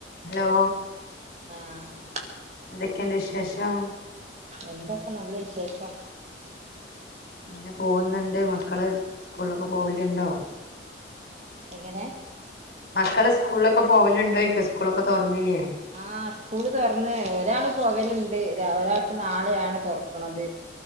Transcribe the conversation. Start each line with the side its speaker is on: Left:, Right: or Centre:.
Left: ഹലോ
Right: ആഹ്
Left: എന്തൊക്കെണ്ട് വിശേഷം
Right: എന്താ ഇപ്പം നല്ല വിശേഷം
Left: ഇങ്ങനെ പോകുന്നുണ്ട് മക്കള് സ്കൂളിലൊക്കെ പോവലുണ്ടോ
Right: എങ്ങനെ
Left: മക്കള് സ്കൂളിലൊക്കെ പോവലുണ്ടോ ചോയിക്കാ സ്കൂളൊക്കെ തുറന്നില്യേ
Right: ആ സ്കൂൾ തൊർന്ന് ഒരാള് പോകല്ണ്ട് ഒരാക്ക്‌ നാളെയാണ് തൊർക്ക്ണത്